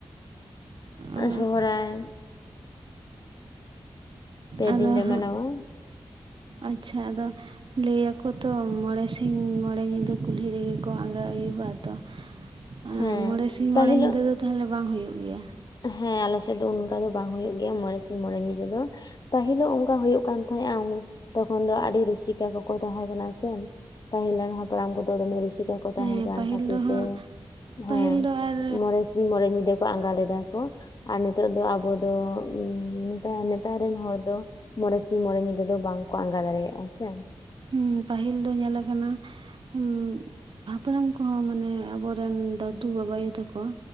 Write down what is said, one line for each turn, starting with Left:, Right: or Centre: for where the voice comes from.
Right: ᱚ
Left: ᱥᱚᱦᱚᱨᱟᱭ᱾ ᱯᱮ
Right: ᱟᱫᱚ
Left: ᱫᱤᱱ ᱞᱮ
Right: ᱦᱟᱸᱜ
Left: ᱢᱟᱱᱟᱣᱟ
Right: ᱟᱪᱪᱷᱟ ᱟᱫᱚ ᱞᱟᱹᱭᱟᱠᱚ ᱛᱚ ᱢᱚᱬᱮ ᱥᱤᱧ ᱢᱚᱬᱮ ᱧᱤᱫᱟᱹ ᱠᱩᱞᱦᱤ ᱨᱮᱜᱮ ᱠᱚ ᱟᱸᱜᱟ ᱟᱹᱭᱩᱵᱟ ᱛᱚ᱾ ᱩᱸ
Left: ᱦᱮᱸ
Right: ᱢᱚᱬᱮ ᱥᱤᱧ
Left: ᱯᱟᱹᱦᱤᱞᱚᱜ
Right: ᱢᱚᱬᱮ ᱧᱤᱫᱟᱹ ᱫᱚ ᱛᱮᱦᱮᱱ ᱫᱚ ᱵᱟᱝ ᱦᱩᱭᱩᱜ ᱜᱮᱭᱟ᱾
Left: ᱦᱮᱸ ᱟᱞᱮ ᱥᱮᱡ ᱫᱚ ᱚᱱᱠᱟ ᱫᱚ ᱵᱟᱝ ᱦᱩᱭᱩᱜ ᱜᱮᱭᱟ ᱢᱚᱬᱮ ᱥᱤᱧ ᱢᱚᱬᱮ ᱧᱤᱫᱟᱹ ᱫᱚ᱾ ᱯᱟᱹᱦᱤᱞᱚᱜ ᱚᱱᱠᱟ ᱦᱩᱭᱩᱜ ᱠᱟᱱ ᱛᱟᱦᱮᱸᱜᱼᱟ ᱚᱱᱮ ᱛᱚᱠᱷᱚᱱ ᱫᱚ ᱟᱹᱰᱤ ᱨᱩᱥᱤᱠᱟ ᱠᱚᱠᱚ ᱛᱟᱦᱮᱸ ᱠᱟᱱᱟ ᱥᱮ᱾ ᱯᱟᱦᱤᱞᱟᱝ ᱦᱟᱯᱟᱲᱟᱢ ᱠᱚᱫᱚ ᱫᱚᱢᱮ ᱨᱩᱥᱤᱠᱟ᱾ ᱠᱚ ᱛᱟᱦᱮᱸ
Right: ᱦᱮᱸ
Left: ᱠᱟᱱ
Right: ᱯᱟᱹᱦᱤᱞ
Left: ᱠᱷᱟᱹᱛᱤᱨ
Right: ᱫᱚ ᱦᱟᱸᱜ
Left: ᱛᱮ ᱦᱮᱸ
Right: ᱯᱟᱹᱦᱤᱞ ᱫᱚ ᱟᱨ
Left: ᱢᱚᱬᱮ ᱥᱤᱧ ᱢᱚᱬᱮ ᱧᱤᱫᱟᱹ ᱠᱚ ᱟᱸᱜᱟ ᱞᱮᱫᱟ᱾ ᱠᱚ ᱟᱨ ᱱᱤᱛᱚᱜ ᱫᱚ ᱟᱵᱚ ᱫᱚ ᱱᱮᱛᱟ-ᱱᱮᱛᱟᱨ ᱨᱮᱱ ᱦᱚᱲ ᱫᱚ ᱢᱚᱬᱮ ᱥᱤᱧ ᱢᱚᱬᱮ ᱧᱤᱫᱟᱹ ᱫᱚ ᱵᱟᱝ ᱠᱚ ᱟᱸᱜᱟ ᱫᱟᱲᱮᱭᱟᱜᱼᱟ ᱥᱮ᱾
Right: ᱦᱩᱸ, ᱯᱟᱹᱦᱤᱞ ᱫᱚ ᱧᱮᱞ ᱟᱠᱟᱱᱟ᱾ ᱦᱩᱸ, ᱦᱟᱯᱲᱟᱢ ᱠᱚᱦᱚᱸ ᱢᱟᱱᱮ ᱟᱵᱚ ᱨᱮᱱ ᱫᱟᱫᱩ ᱵᱟᱵᱟᱭᱩ ᱛᱟᱠᱚ᱾